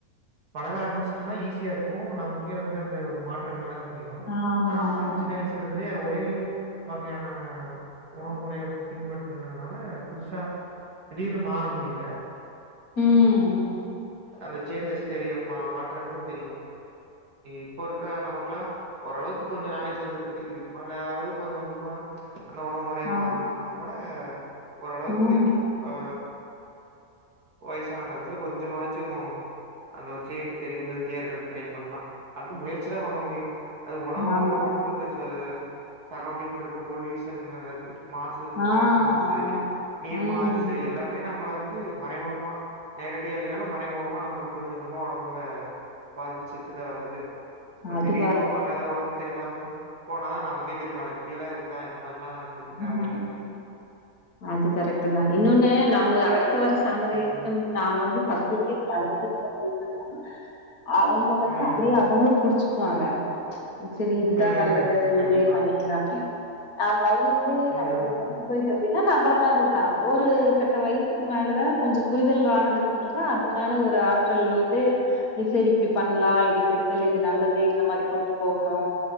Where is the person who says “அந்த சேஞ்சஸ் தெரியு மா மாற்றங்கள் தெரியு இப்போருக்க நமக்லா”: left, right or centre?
Right